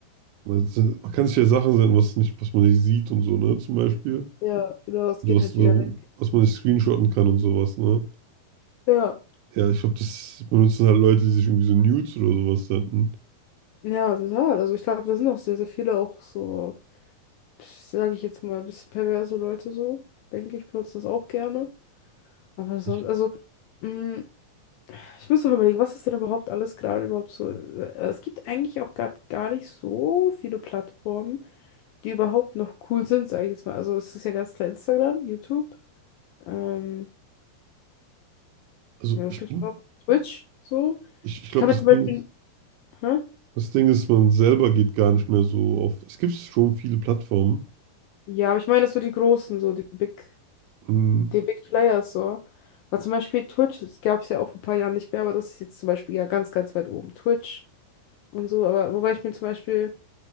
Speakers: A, on the right (about 75°); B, on the left (about 80°).
A: Man, man kann sich ja Sachen senden, was nicht, was man nicht sieht und so, ne? Zum Beispiel.
B: Ja, genau, es
A: So
B: geht
A: was,
B: halt
A: so,
B: wieder weg.
A: was man nicht screenshotten kann und sowas, ne?
B: Ja,
A: Ja, ich glaube, das benutzen halt Leute, die sich irgendwie so Nudes oder sowas senden.
B: ja, total. Also ich glaube, da sind auch sehr, sehr viele auch so, sage ich jetzt mal, ein bisschen perverse Leute so, denke ich, benutzen das auch gerne. Aber sonst,
A: Ich,
B: also, mm, Ich muss noch überlegen, was ist denn überhaupt alles gerade überhaupt so? äh, Es gibt eigentlich auch gar, gar nicht so viele Plattformen, die überhaupt noch cool sind, sage ich jetzt mal. Also es ist ja ganz klar Instagram, YouTube. Ähm,
A: also
B: ja, was
A: ich
B: gibt's
A: bin,
B: noch? Twitch, so.
A: ich, ich
B: Ich
A: glaube,
B: kann mir
A: das
B: zum
A: Ding
B: Beispiel.
A: ist,
B: Hä?
A: das Ding ist, man selber geht gar nicht mehr so auf. Es gibt schon viele Plattformen.
B: Ja, aber ich meine so die großen, so die Big,
A: Mhm.
B: die Big Players, so. Weil zum Beispiel Twitch, das gab es ja auch vor ein paar Jahren nicht mehr, aber das ist jetzt zum Beispiel ja ganz, ganz weit oben. Twitch und so, aber wobei ich mir zum Beispiel,